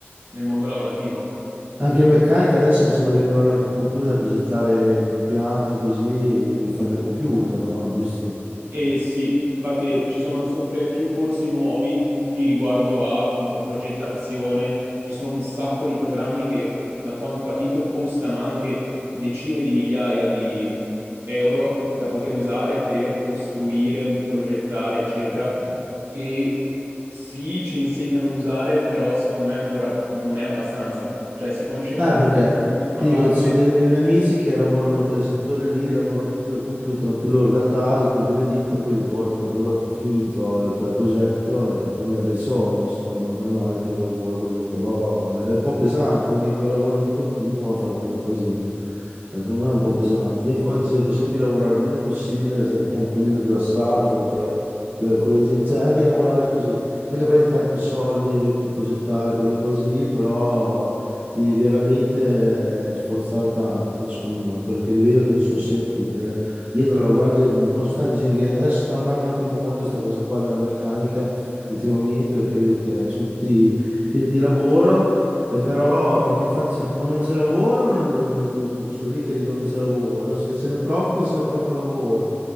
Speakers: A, on the right; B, on the right.
A: nel mondo lavorativo.
B: Anche in meccanica adesso mi sembra che devi lavorare col computer, progettare gli impianti così, lo fai dal computer, no? Giusto?
A: E sì, infatti ci sono sempre più corsi nuovi, tutti riguardo a appunto progettazione. Ci sono un sacco di programmi che, da quanto ho capito, costano anche decine di migliaia di euro da poter usare per costruire, m- progettare, eccetera, che sì, ci insegnano ad usare, però secondo me ancora non è abbastanza. Cioè si concentrano
B: Eh, perché
A: ancora più su una
B: ti
A: parte.
B: dico, ci sono dei, dei miei amici che lavorano in quel settore lì, lavorano tutto dal computer, anche loro da casa per delle ditte, poi gli portano il prodotto finito il progetto e prendono dei bei soldi, insomma, non è male come lavoro, quello lì, però è un po' pesante perché che lavorano di continuo a fare quelle cose lì. Eh, Secondo me è un po' pesante. Io infatti cerco sempre di lavorare il meno possibile, stare tranquillo, rilassato, perché le- con la gente, cioè anche lavorare così, non è che prendi tanti soldi per progettare quelle cose lì, però ti devi veramente eh, sforzare tanto, secondo me, perché vedo che sono sempre eh, dietro a lavorare, anche, conosco tanta gente che adesso sta andando anche molto questa cosa qua della meccanica ultimamente, perché vedo che sono tutti pieni di lavoro, e però, perché infatti certe- quando non c'è lavoro, non- eh, sono lì che dicono non c'è lavoro, adesso che ce n'è troppo, ce n'è troppo lavoro.